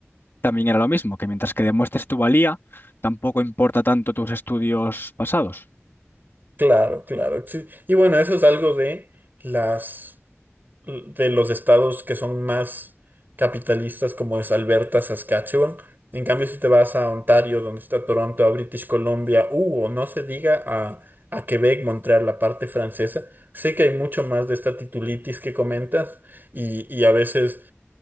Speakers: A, on the left; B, on the right.
A: también era lo mismo, que mientras que demuestres tu valía, tampoco importa tanto tus estudios pasados.
B: Claro, claro. sí. Y bueno, eso es algo de las... de los estados que son más capitalistas, como es Alberta, Saskatchewan. En cambio, si te vas a Ontario, donde está Toronto, a British Columbia, uh, o no se diga a, a Quebec, Montreal, la parte francesa, sé que hay mucho más de esta titulitis que comentas y, y a veces